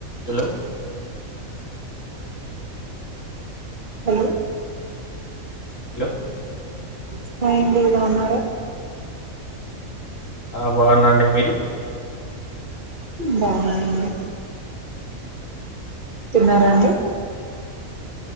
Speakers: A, on the left; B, on the right.
A: Hello
B: hello
A: hello
B: <unintelligible> అన్నార
A: ఆ బావునండి మీరు
B: బాగున్నామండి తిన్నారా అండి